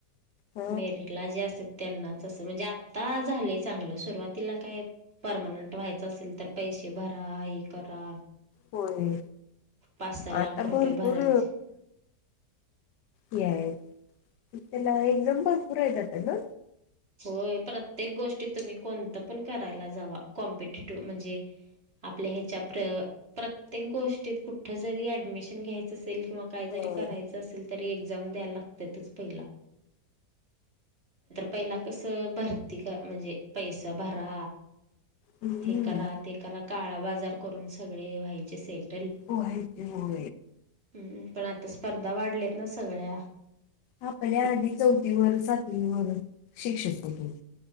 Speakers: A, on the left (about 85°); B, on the right (about 35°).
A: ह
B: मेरिटला जे असतात. त्यांनाच असं म्हणजे आत्ता झालंय चांगलं सुरुवातीला काय. परमानंट व्हायच असेल तर पैसे भरा हे करा.
A: होय
B: पाच सहा लाख
A: आता
B: रुपये
A: भरपूर.
B: भरायचे
A: ये त्याला एक दंब भरपुर जात ना.
B: होय प्रत्येक गोष्टी तुम्ही कोणतं पण करायला जावा कॉम्पिटेटिव्ह म्हणजे. आपल्या ह्याच्या प्र प्रत्येक गोष्टीत कुठ जरी ऍडमिशन घ्यायचं. किंवा काही
A: हो.
B: जरी करायच. अस कसेल तर ऐगझाम द्या लागत प पहिला कसं भरती क म्हणजे पैसा भरा
A: हम्म
B: हे करा. ते करा काळा बाजार करून सगळे व्हायचे सेट.
A: हो आहेती हो.
B: हम्म पण आता स्पर्धा वाढल्यात ना सगळ्या.
A: आपल्या आधी चौथीवर सातवीवर शिक्षक होतो.